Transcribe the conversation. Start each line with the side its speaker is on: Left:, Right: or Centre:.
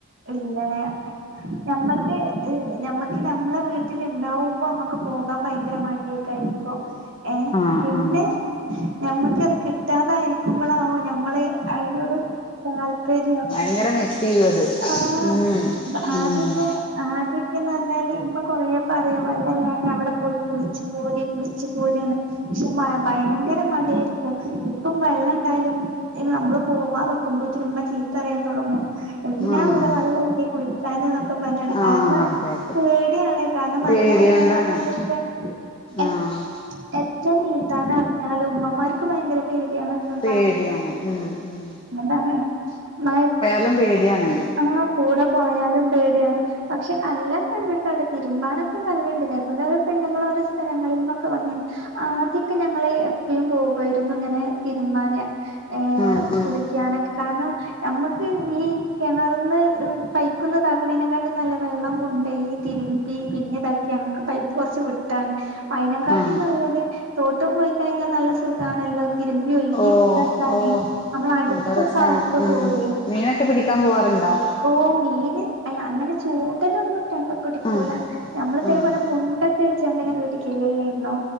Right: ഇല്ലന്നേ ഞമ്മക്ക് ഹ് ഞമ്മക്ക് ഞമ്മളെ വീട്ടില്ണ്ടാവുമ്പോ മ്മക്ക് ക്ക് പോകാം ഭയങ്കര മടിയൊക്കെ ആയിരിക്കും ഏഹ്
Left: ആഹ്
Right: പിന്നെ
Left: ആഹ്
Right: ഞമ്മക്ക് അത് കിട്ടാതായിരിക്കുമ്പളാവു ഞമ്മള് അയിനോട് താല്പര്യം
Left: ങ്ങനെ മിസ്സ്‌ ചെയ്യും അത്
Right: ആഹ്
Left: ഉം
Right: ആദ്യൊക്കെ
Left: ഉം
Right: ആദ്യൊക്കെന്ന് പറഞ്ഞാല് ഇമ്മ കൊറേ പറയും വെള്ളല്ലാന്ന് അവിടെ പോയി കുളിച്ച് പോരിം കുളിച്ച് പോരീന്ന് പക്ഷെ മ ഭയങ്കര മടിയായിരിക്കും ഇപ്പം വെള്ളണ്ടായാലും ഇത് നമ്മള് പോവാൻ നിക്കുമ്പോത്തിന് ഇമ്മ ചീത്ത പറയാൻ തൊടങ്ങും എന്തിനാ
Left: ആഹ്
Right: ഇവിടെ വെള്ളല്ല്യേ കുളിച്ചാന് എന്നൊക്ക പറഞ്ഞ്കാണ്ട്
Left: ആഹ്
Right: കാരണം
Left: അതെ അതെ
Right: പേടിയാണ് കാരണം
Left: പേടികൊണ്ടാണ്
Right: നല്ല വെള്ളള്ള സമയത്ത് എ
Left: ആഹ്
Right: എത്ര നീന്താനർഞ്ഞാലും ഉമ്മമാര്ക്ക് ഭയങ്കര ഫതി മന്ത
Left: പേടിയാണ് ഉം ഉം
Right: എന്ത മ <unintelligible>
Left: ലും പേടിയാണ്
Right: ആഹ് കൂടെ പോയാലും പേടിയാണ് പക്ഷെ കല്ലൊക്കണ്ട് ടെ തിരുമ്പാനൊക്കെ കല്ല്ണ്ട് ഇതേപോലെ ഓരോ പെണ്ണുങ്ങളോരോ സ്ഥലങ്ങളിൽ നിന്നൊക്കെ വന്നീന്ന് ആദ്യൊക്കെ ഞങ്ങള് എപ്പളും പോവു ആയിരുന്നു ഇങ്ങനെ തിരുമ്പാന് ഏഹ്
Left: ആഹ്
Right: കുളിക്കാനൊക് കാരണം ഞമ്മക്ക് ഈ കെണറ്ന്ന് പൈപ്പ്ന്ന് താക്ക്ണേനിക്കാണ്ടി നല്ല വെള്ളം കൊണ്ടേയി തിരുമ്പി പിന്നെതാക്കിയ അ ക്ക് പൈപ്പ് കൊർച്ച് വിട്ടാണ് അയ്നക്കാട്ടി
Left: ആഹ്
Right: നല്ലത് തോട്ട്പ്പോയിക്കയിഞ്ഞാ നല്ല സുഖാണല്ലോ തിരിമ്പി ഒൽമ്പി
Left: ഓഹ്
Right: ഇതാക്കാന്
Left: ഓഹ്
Right: അമ്മള അട്ത്തൊക്ക
Left: നല്ല രസാണ്
Right: അവുമ്പോ
Left: ഉം
Right: തോട്
Left: മീനൊക്കെ പിടിക്കാം പോവാറ്ണ്ടോ
Right: ഓ മീന് അയ് അങ്ങനെ ചൂണ്ടലൊന്ന്ട്ടാണ്ട് പിടിക്കൂല
Left: ആഹ്
Right: നമ്മള്തേപോലെ
Left: ആഹ്
Right: മുണ്ടൊക്കെ വെച്ച്കാണ്ട് ഇങ്ങനെ പിടിക്കില്ലേയ്ര്ന്നോ